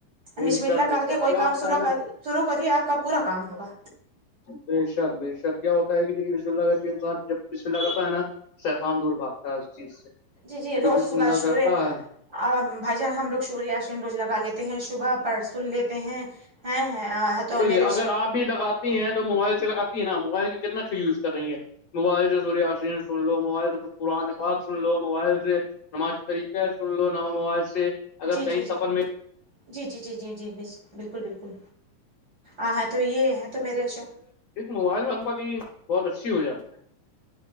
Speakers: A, on the left (about 75°); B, on the right (about 25°).
A: بے
B: مشملا
A: شک
B: کر
A: بے شک
B: کے کوئی
A: کیا
B: کام
A: ہوتا
B: شورا
A: ہے
B: کر
A: نا
B: شروع کریے آپ کا پورا کام ہوگا
A: بے شک بے شک کیا ہوتا ہے کہ دیکے بسم اللہ کر کے انسان جب بسم اللہ کرتا ہے نا شیتان دور بھاگتا ہے اس چیز سے
B: جی جی روز
A: کہ بسم
B: سبشوے
A: اللہ کرتا ہے
B: اور بھائی جان ہم لوگ سوریہ آشن روز لگا لیتے ہیں صبح پر سن لیتے ہیں ہیں تو
A: دیکھیے
B: میرے
A: اگر آپ لگاتی ہیں تو موبائل سے لگاتی ہے نا موبائل کی کتنا اچھے یوز کر رہی ہیں موبائل سورین سن لو موبائل سے کچھ پرآن بات سن لو موبائل سے نماز طریقہ ہے سن لو ن موبائل سے اگر
B: جی
A: کہیں
B: جی جی
A: سفر میں
B: جی جی جی جی جی بس بالکل بالکل آ ہے تو یہ ہے تو میرے
A: اس موبائل وال پا بھی بہت اچھی ہو جاتی ہے